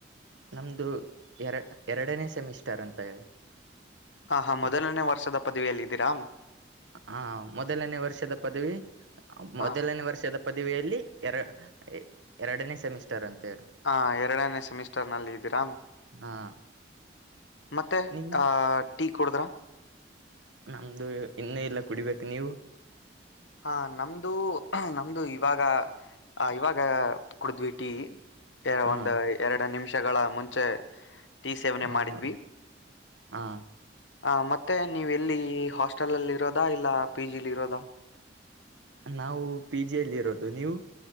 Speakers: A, on the right (about 80°); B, on the left (about 75°).
A: ನಮ್ದು ಎರ ಎರಡನೇ ಸೆಮಿಸ್ಟರ್ ಅಂತ ಹೇಳಿ
B: ಹ ಹಾ ಮೊದಲನೇ
A: ಹ್ಮ್
B: ವರ್ಷದ ಪದವಿಯಲ್ಲಿ ಇದೀರಾಾಮ
A: ಹ ಮೊದಲನೇ ವರ್ಷದ ಪದವಿ ಮೊದಲನೇ
B: ಹಾ
A: ವರ್ಷದ ಪದವಿಯಲ್ಲಿ ಎರ ಎರಡನೇ ಸೆಮಿಸ್ಟರ್ ಅಂತ ಹೇಳಿ
B: ಹ ಎರಡನೇ ಸೆಮಿಸ್ಟರ್ ನಲ್ಲಿ ಇದ್ದೀರಾ
A: ಹಾ
B: ಮತ್ತೆ
A: ನಿಮ್ದು
B: ಆಹ ಟೀ ಕುಡುದ್ರ
A: ನಮ್ದು ಇನ್ನುೂ ಇಲ್ಲ ಕುಡಿಬೇಕು ನೀವು
B: ಹಾ ನಮ್ದು ನಮ್ದು ಇವಾಗ ಇವಾಗ ಕುಡಿದ್ವಿ ಟಿ ಕೆರ
A: ಹಾ
B: ಒಂದು ಎರಡು ನಿಮಿಷಗಳ ಮುಂಚೆ ಟಿ ಸೇವನೆ
A: ಹ
B: ಮಾಡಿದ್ವಿ
A: ಹ ಹಾ
B: ಹ ಮತ್ತೆ ನೀವೆ ಎಲ್ಲಿ ಹಾಸ್ಟೆಲ್ ಅಲ್ಲಿ ಇರೋದಾ ಇಲ್ಲ ಪಿ ಜಿಲಿ ಇರೋದಾ
A: ನಾವು ಪಿ ಜಿಿಯಲ್ಲಿ ಇರೋದು ನೀವು